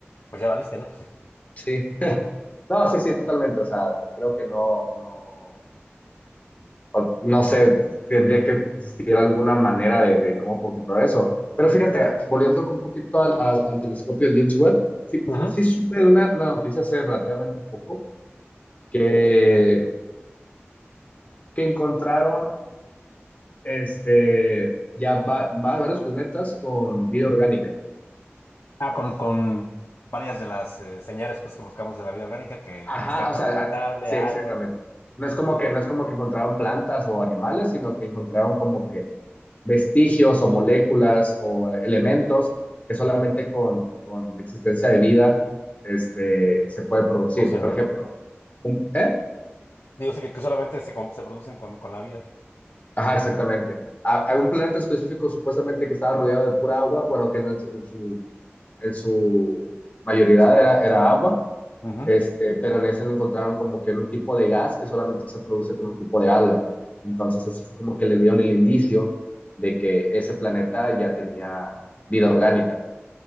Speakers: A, on the left; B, on the left.
A: pues ya valiste, ¿no?
B: Sí. No, sí, sí, totalmente, o sea, creo que no, no, o no sé, tendría que existir alguna manera de, de cómo puedo comprar eso. Pero fíjate, volviendo un poquito al, al, al telescopio del James Webb, sí,
A: Ujú.
B: sí supe de una, una noticia hace relativamente poco que, que encontraron este, ya va- va- varios planetas con vida orgánica.
A: Ah, con, con varias de las eh, señales pues, que buscamos de la vida orgánica, que
B: Ajá,
A: estén
B: o sea,
A: habitable,
B: a- sí,
A: agua,
B: exactamente. No es como que, no es como que encontraron plantas o animales, sino que encontraron como que vestigios o moléculas o elementos que solamente con, con existencia de vida este, se puede producir.
A: producen
B: Por
A: ¿no?
B: ejemplo, ¿eh?
A: digo, sí, que, que solamente se, com- se producen con, con la vida.
B: Ajá, exactamente. Ha-
A: Ujú.
B: Hay un planeta específico supuestamente que estaba rodeado de pura agua, bueno, que en, en su, en su mayoría
A: Es-
B: era, era agua,
A: ujú.
B: este, pero en ese encontraron como que un tipo de gas que solamente se produce con un tipo de alga. Entonces eso fue como que le dieron el indicio de que ese planeta ya tenía vida orgánica.